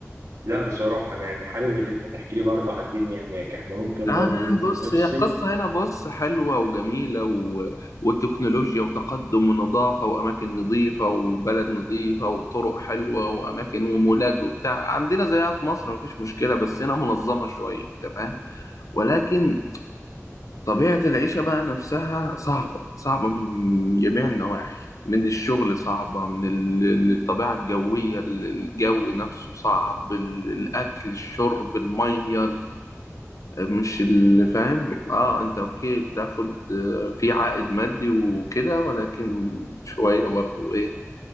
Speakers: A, on the right (about 80°); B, on the left (about 85°).
A: لا بصراحة أنا يعني حابب اللي أنت تحكي لي برضه على الدنيا هناك إحنا ممكن
B: آه
A: برضه ننزل
B: بص
A: نفصل
B: هي القصة هنا بص حلوة وجميلة و... وتكنولوجيا وتقدم ونظافة وأماكن نظيفة وبلد نظيفة وطرق حلوة وأماكن ومولات وبتاع عندنا زيها في مصر مفيش مشكلة بس هنا منظمة شوية أنت فاهم ولكن طبيعة العيشة بقى نفسها صعبة صعبة من جميع النواحي من الشغل صعبة من ال- الطبيعة الجوية الجو نفسه صعب ال- الأكل الشرب المية مش اللي فاهم اه انت اوكي بتاخد آه، في عائد مادي وكده ولكن شوية برضو ايه